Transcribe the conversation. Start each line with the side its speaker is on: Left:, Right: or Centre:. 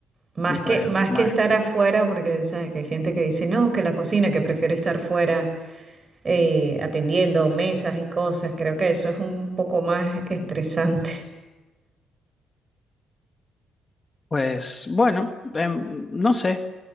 Right: Más que,
Left: Pues,
Right: más
Left: mae,
Right: que estar afuera, porque sabes que hay gente que dice, no, que la cocina, que prefiere estar fuera eh, atendiendo mesas y cosas, creo que eso es un poco más estresante.
Left: pues bueno, em, no sé.